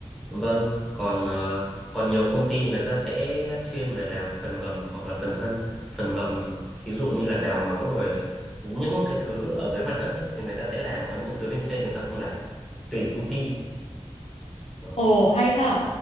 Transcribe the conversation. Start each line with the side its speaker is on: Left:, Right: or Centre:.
Centre: Vâng, còn ờ, còn nhiều công ty người ta sẽ chuyên về làm phần ngầm hoặc là phần thân. Phần ngầm thí dụ như là đào móng rồi những cái thứ ở dưới mặt đất ấy, thì người ta sẽ làm, còn những thứ bên trên người ta không làm. Tùy công ty. Đó,
Left: Ồ hay hả,